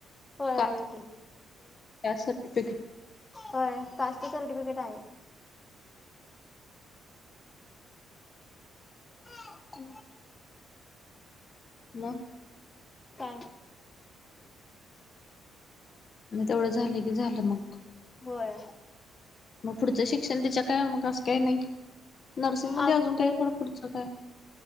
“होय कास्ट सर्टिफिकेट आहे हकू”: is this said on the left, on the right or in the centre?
Left